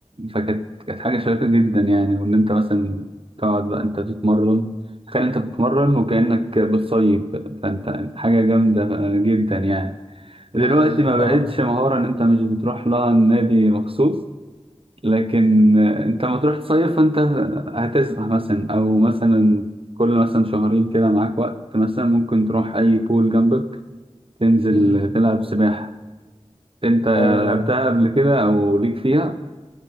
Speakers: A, on the right; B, on the left.
A: فكانت كانت حاجه شيقه جدا يعني وان انت مثلا تقعد بقى انت تتمرن تخيل انت بتتمرن وكانك بتصيف فانت حاجه جامده جدا يعني دلوقتي
B: مم. مم.
A: ما
B: فاهم.
A: بقتش مهاره ان انت مش بتروح لها النادي مخصوص لكن انت ما تروح تصيف فانت هتسبح مثلا او مثلا كل مثلا شهرين كده معاك وقت مثلا ممكن تروح اي بول جنبك تنزل
B: مم.
A: تلعب سباحه انت لعبتها
B: حلو ده
A: قبل كده او ليك فيها